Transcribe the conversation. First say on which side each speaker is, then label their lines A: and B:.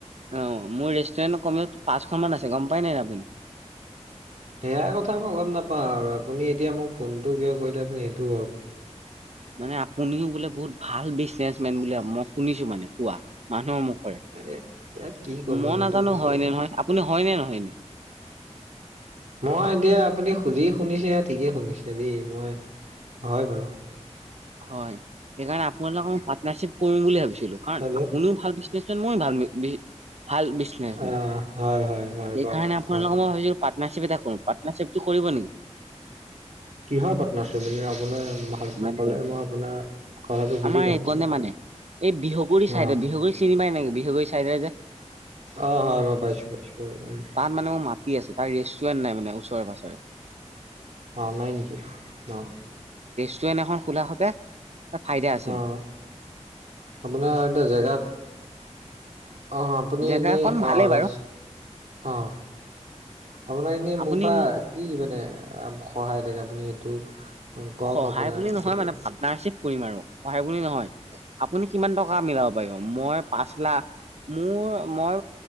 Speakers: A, on the right; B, on the right.
A: অ', মোৰ ৰেষ্টুৰেণ্টত কমেও পাঁচখন মান আছে গম পাই নাই আপুনি?
B: সেয়া কথা মই গম নাপাওঁ আৰু আপুনি এতিয়া মোক ফোনটো কিয় কৰিলে আপুনি সেইটো কওক।
A: মানে আপুনিও বোলে বহুত ভাল বিজনেচ মেন বুলি মই শুনিছো মানে কোৱা। মানুহৰ মুখৰে
B: এ এয়া কি ক'ব
A: মই
B: নো
A: নাজানো
B: এইটো আৰু
A: হয়নে নহয় আপুনি হয়নে নহয় এনে?
B: মই এতিয়া আপুনি যি শুনিছে ঠিকে শুনিছে দেই। মই হয় বাৰু।
A: হয় সেইকাৰণে আপোনালোকক ম পাৰ্টনাৰশ্বিপ কৰিম বুলি ভাবিছিলো কাৰণ
B: হেল্ল'
A: আপুনিও ভাল মই ভাল বি ভাল বিজনেচমে
B: আহ
A: সেইকাৰণে
B: হয় হয় হয় কওক
A: আপোনালোকক
B: হয়
A: মই ভাবিছো পাটনাৰচিপ এটা কৰো পাটনাৰ কৰিব নেকি?
B: কিহৰ পাৰ্নাৰশ্বিপ এ আপোনাৰ ভালকে
A: মানে
B: ক'লে মই আপোনাৰ কথাটো বুজি
A: আমাৰ
B: পাম
A: এক নে মানে এই বিহুগুৰি চাইডত
B: অ
A: বিহুগুৰি চিনি পায় বিহুগুৰি চাইদে যে
B: অ হয় মই পাইছো পাইছো বাৰু উম
A: তাত মানে মোৰ মাটি আছে তাৰ ৰেষ্ট ৱেন্ট নাই মানে ওচৰে পাজৰে।
B: অ', নাইকি অহ।
A: ৱেন্ট এখন খোলা হতে ফাইদা আছিল।
B: অ আপোনাৰ এটা জেগা অ', আপুনি
A: জেগাখন
B: এনেই
A: ভালেই
B: আহ
A: বাৰু
B: অ', আপোনাৰ এনেই
A: আপুনি
B: মোৰ পৰা কি মানে আহ সহায় থাকে আপুনি সেইটো কওক
A: সহায়
B: আপোনাৰ
A: বুলি নহয়
B: তেতিয়া
A: মানে পাৰ্টনাৰশ্বিপ কৰিম আৰু সহায় বুলি নহয়। আপুনি কিমান টকা মিলাব পাৰিব মই পাঁচ লাখ মোৰ মই